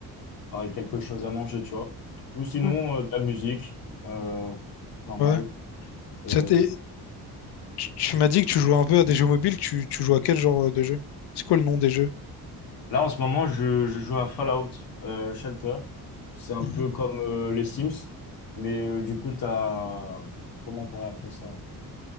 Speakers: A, on the left; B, on the left.
A: préparer quelque chose à manger, tu vois. Ou sinon,
B: Ouais.
A: euh, de la musique, euh, normale.
B: Ouais.
A: euh,
B: Ça t'est- Tu, tu m'as dit que tu jouais un peu à des jeux mobiles. Tu, tu joues à quel genre euh, de jeu? C'est quoi le nom des jeux?
A: Là, en ce moment, je, je joue à Fallout euh, Shelter. C'est un
B: Mhm.
A: peu comme euh, les Sims, mais euh, du coup, t'as Comment on pourrait appeler ça?